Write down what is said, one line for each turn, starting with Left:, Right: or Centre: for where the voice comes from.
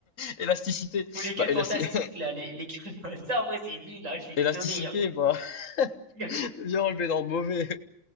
Left: élasticité.
Right: Ou les quatre
Left: Bah, élasti-
Right: fantastiques, là, les, les... <laughs> ça, en vrai, c'est nul,
Left: <laughs>
Right: hein, je suis désolé.
Left: élasticité,
Right: hein.
Left: bah,
Right: <laughs>
Left: <laughs> viens enlever dans le mauvais.